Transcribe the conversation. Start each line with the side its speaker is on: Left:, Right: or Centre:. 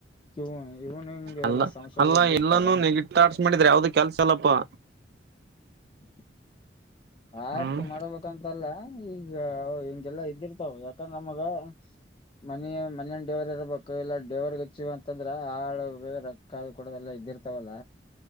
Left: ಇವು ಇವ್ನ್ ಹಿಂಗೆ
Right: ಅಲ್ಲ
Left: ಎಲ್ಲಾ ಸಮಸ್ಯೆಗಳು
Right: ಅಲ್ಲ
Left: ಇದ್ದಿರ್ತಾವ.
Right: ಎಲ್ಲಾನೂ ನೆೆಗೆಟ ತಾಟ್ಸ್ ಮಾಡಿದ್ರ ಯಾವ್ದು ಕೆಲ್ಸ ಅಲ್ಲಪ್ಪಾ
Left: ಹ <inaudible> ಆರ್ಟ್
Right: ಹ್ಮ್
Left: ಮಾಡಬೇಕಂತಲ್ಲ ಈ ಈ ಹಿಂಗೆಲ್ಲಾ ಇದ್ದಿರ್ತಾವ ಯಾಕಂದ್ರೆ ನಮಗ ಮನ ಮನಿ ಅಲ್ಲಿ ಡ್ರೈವರ್ ಇರ್ಬೇಕು ಇಲ್ಲ ಡೇವರ್ ಹೆಚ್ಚ ಅಂತಂದ್ರ ಆಾಳ ರಕ್ಕ ಕೊಡದೆಲ್ಲ ಇದೆ ಇದಿರ್ತಾವಲ್ಲ